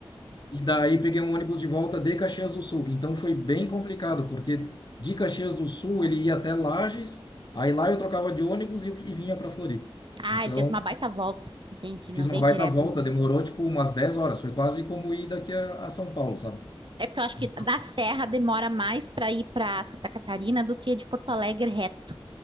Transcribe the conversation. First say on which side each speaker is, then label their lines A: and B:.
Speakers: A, on the left (about 50°); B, on the right (about 60°).
A: E daí peguei um ônibus de volta de Caxias do Sul. Então foi bem complicado, porque de Caxias do Sul ele ia até Lages, aí lá eu trocava de ônibus e, e vinha para Floripa.
B: Ah,
A: Então
B: ele fez uma baita volta. Entendi, não
A: fiz uma
B: veio
A: baita
B: direto.
A: volta, demorou tipo umas 10 horas, foi quase como ir daqui a, a São Paulo, sabe?
B: É porque eu acho
A: Então,
B: que da Serra demora mais para ir para Santa Catarina do que de Porto Alegre reto.